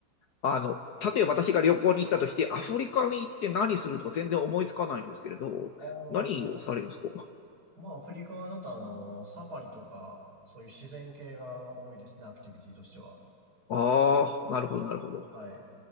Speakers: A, on the left; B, on the right.
A: あの、例えば私が旅行に行ったとして、アフリカに行って何するとか全然思いつかないんですけれど、
B: あ、
A: 何をされるんですか
B: まあ、アフリカだとあの、サファリとか、そういう自然系が多いですね、アクティビティとしては。
A: ああ、なるほど、なるほど。
B: はい。